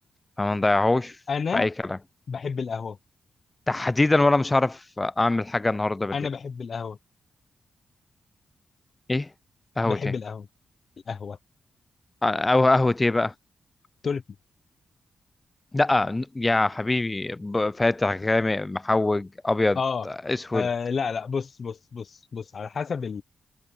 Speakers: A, on the left; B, on the left.
A: فما نضيعهوش
B: انا
A: في اي كلام
B: بحب القهوه
A: تحديدا وانا مش هعرف اعمل حاجه النهارده بالليل
B: انا بحب القهوه
A: ايه قهوه
B: بحب
A: ايه
B: القهوه القهوه
A: او قهوه ايه بقى
B: تركي
A: لا يا حبيبي ب- فاتح غامق محوج ابيض
B: اه
A: اسود
B: آه، لا لا بص بص بص بص على حسب